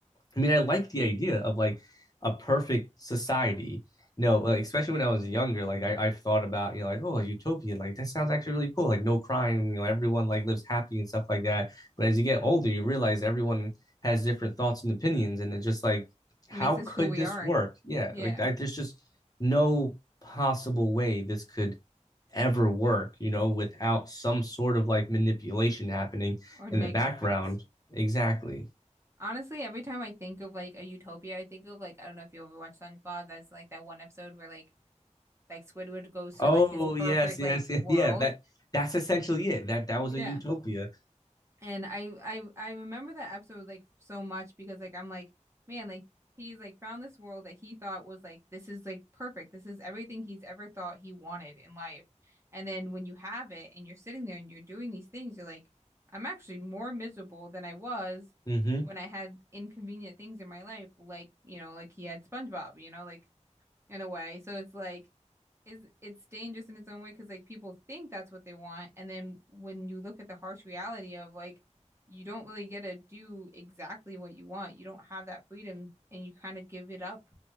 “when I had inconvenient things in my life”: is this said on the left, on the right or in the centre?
Right